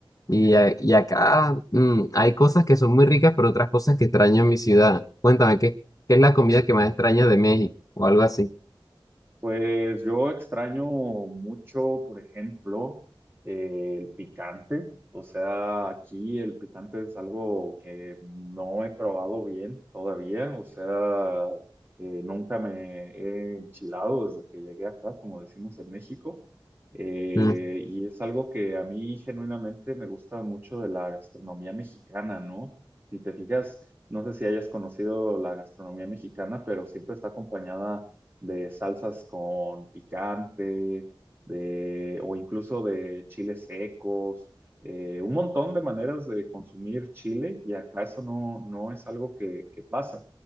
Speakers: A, on the left; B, on the right.
A: Y, a- y acá mm, hay cosas que son muy ricas, pero otras cosas que extraño en mi ciudad. Cuéntame, ¿qué, qué es la comida que más extrañas de México o algo así?
B: Pues yo extraño mucho, por ejemplo, eh, el picante. O sea, aquí el picante es algo que no he probado bien todavía. O sea, eh, nunca me he enchilado desde que llegué acá, como decimos en México. Eh,
A: Mm.
B: y es algo que a mí genuinamente me gusta mucho de la gastronomía mexicana, ¿no? Si te fijas, no sé si hayas conocido la gastronomía mexicana, pero siempre está acompañada de salsas con picante, de, o incluso de chiles secos, eh, un montón de maneras de consumir chile y acá eso no, no es algo que, que pasa.